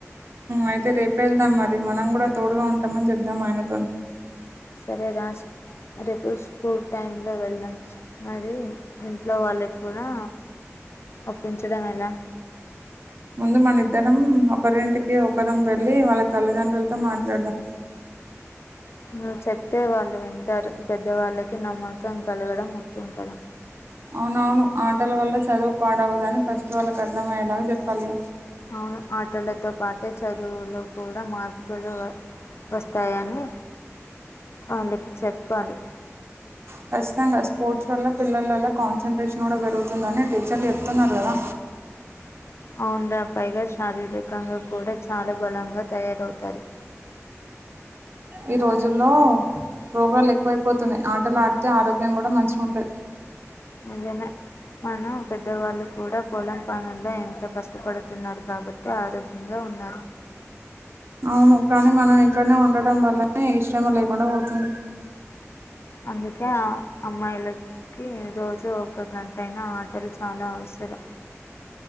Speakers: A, on the right; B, on the left.
A: అయితే రేప వెళ్దాం మరి మనం కూడా తోడుగా ఉంటామని చెుదాం ఆయనతో
B: సరే రాస్ రేపు స్కూల్ టైమ్ లో వెళ్ళాం మరి ఇంట్లో వాళ్ళకి కూడా ఒప్పించడం ఎలా
A: ముందు మనిద్దరం ఒకరింటికి ఒకరం వెళ్లి వాళ్ళ తల్లిదండ్రులతో మాట్లాడదాం
B: నువ్వు చెప్తే వాళ్ళు వింటారు పెద్దవాళ్ళకి నమ్మకం కలగడం ముఖ్యం కదా
A: అవునవును ఆటల వల్ల చదువు పాడవుదని ఫస్ట్ వాళ్ళకి అర్థమయ్యేలాగ చెప్పాలి
B: అవును ఆటలతో పాటే చదువులో కూడ మార్పులు వస్తాయని వాళ్ళకి చెప్పాలి
A: ఖచ్చితంగా స్పోర్ట్స్ వల్ల పిల్లలల్ల కాన్సన్ట్రేషన్ కూడా పెరుగుతుందని టీచర్లు చెప్తున్నారు కదా
B: అవున్డా పైగ శారీరకంగా కూడ చాలా బలంగా తయారవుతారు
A: ఈ రోజుల్లో రోగాలు ఎక్కువైపోతున్నాయి ఆటలు ఆడితే ఆరోగ్యం కూడ మంచి ఉంటది
B: అదేలె మనం పెద్దవాళ్ళు కూడ పొలం పనుల్లో ఎంత కష్టపడుతున్నారు కాబట్టి ఆరోగ్యంగా ఉున్నారు
A: అవును కానీ మనం ఇంట్లోనే ఉండటం వల్లనే ఇష్టం లేకుండా పోతుంది
B: అందుకే ఆ అమ్మాయిలకి రోజు ఒక గంట అటైనా ఆటలు చాలా అవసరం